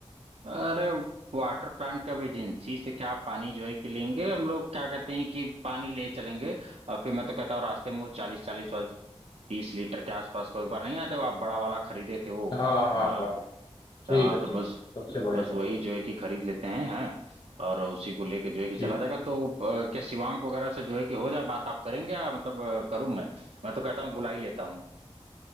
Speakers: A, on the right (about 75°); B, on the left (about 45°).
A: अरे वाटर प्लांट का भी एजेंसी से क्या पानी जो है कि लेंगे हम लोग क्या कहते हैं कि पानी ले चलेंगे और फिर मैं तो कहता हूँ रास्ते में वो चालीस चालीस और तीस लीटर के आसपास को एक बार नहीं आते वो आप बड़ा वाला खरीदे थे वो
B: हाँ हाँ
A: आ,
B: हाँ ठीक
A: आ,
B: है
A: तो
B: ठीक
A: बस
B: सबसे बढ़िया
A: बस
B: सबसे
A: वही जो है कि खरीद लेते हैं हैं और उसी को लेके जो है कि
B: ठीक
A: चला जाएगा तो अ, क्या शिवांक वगैरह से जो है कि हो जाए बात आप करेंगे या मतलब अ, करूं मैं मैं तो कहता हूँ बुला ही लेता हूँ